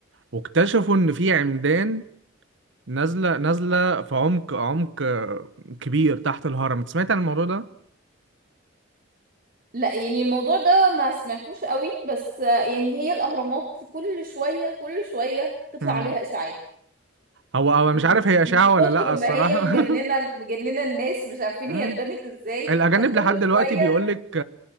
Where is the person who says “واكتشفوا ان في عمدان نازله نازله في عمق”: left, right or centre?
Right